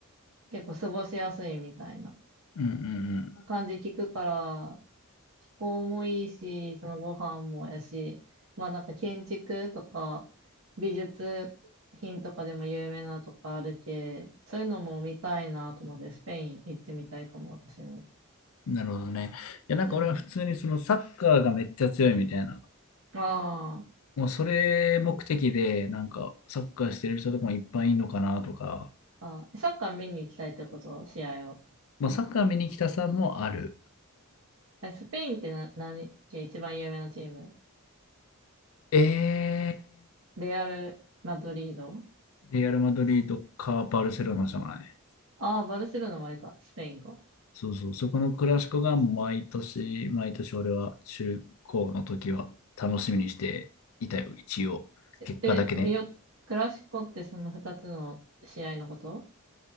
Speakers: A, on the right; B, on the left.
A: 結構過ごしやすいみたいな
B: うんうん
A: 感じ聞くから、気候もいいし、そのご飯もやし、まあなんか建築とか美術品とかでも有名なとかあるけ、そういうのも見たいなと思って、スペイン行ってみたいかも、私も。
B: うん。なるほどね。いや、なんか俺は普通にそのサッカーがめっちゃ強いみたいな
A: うん。あ
B: もうそれ目的で、なんかサッカーしてる人とかもいっぱいいるのかなとか、
A: あ、あ、サッカー見に行きたいってこと試合を。
B: まあ、サッカー見に来たさんもある。
A: え、スペインってな、何け一番有名なチーム
B: え
A: レアル・マドリード
B: ー、レアル・マドリードかバルセロナじゃない。
A: ああ、バルセロナもあれか、スペインか。
B: そうそう、そこのクラシコが毎年、毎年俺は中高の時は楽しみにしていたよ、一応。結果だけね。
A: え、見よ、クラシコってその2つの試合のこと